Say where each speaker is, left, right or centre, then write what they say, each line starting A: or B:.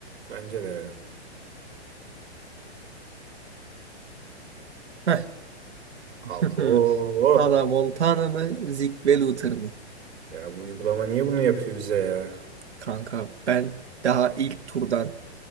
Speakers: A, on the right (about 65°); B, on the right (about 75°).
A: Bence de ya.
B: Heh.
A: Abo.
B: <laughs> Hannah Montana mı, Zeke ve Luther mı?
A: Ya bu uygulama niye bunu yapıyor bize ya?
B: Kanka ben daha ilk turdan